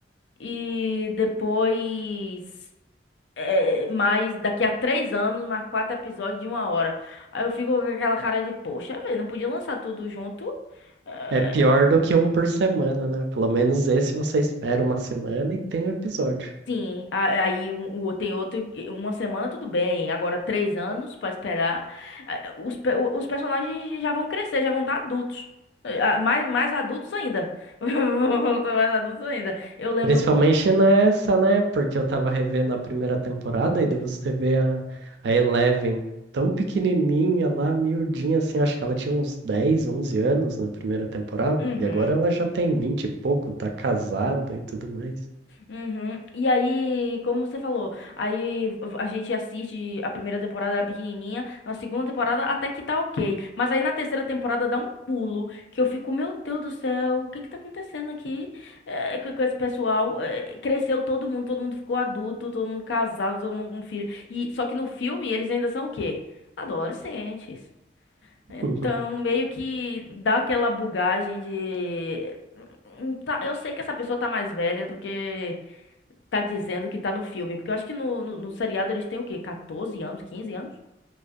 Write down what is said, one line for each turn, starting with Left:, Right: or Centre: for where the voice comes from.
Left: E depois. É, é, mas daqui a três anos, mais quatro episódios de uma hora. Aí eu fico com aquela cara de, poxa, velho, não podia lançar tudo junto? É,
Right: É pior do que um por semana, né? Pelo menos esse você espera uma semana e tem o episódio.
Left: sim, a- aí um- o- tem outro, uma semana tudo bem, agora três anos pra esperar. Ah, Os, pe- os personagens já vão crescer, já vão estar adultos. É, ah, Mais, mais adultos ainda. <laughs> Vão tá Mais adultos ainda. Eu lembro.
Right: Principalmente
Left: co-
Right: nessa, né? Porque eu tava revendo a primeira temporada e daí você vê a, a Eleven tão pequenininha lá, miudinha assim. Acho que ela tinha uns 10, 11 anos na primeira temporada
Left: Uhum.
Right: e agora ela já tem 20 e pouco, tá casada e tudo mais.
Left: Uhum. E aí, como você falou, aí a gente assiste a primeira temporada era pequenininha, na segunda temporada até que tá ok, mas aí na terceira temporada dá um pulo que eu fico, meu Deus do céu, o que que tá acontecendo aqui eh, com, com esse pessoal? Eh, cresceu todo mundo, todo mundo ficou adulto, todo mundo casado, todo mundo com filho. E só que no filme eles ainda são o quê? Adolescentes. Então,
Right: <laughs>
Left: meio que dá aquela bugagem de Hum, Tá, eu sei que essa pessoa tá mais velha do que tá dizendo que tá no filme. Porque eu acho que no, no, no seriado eles têm o quê? 14 anos, 15 anos?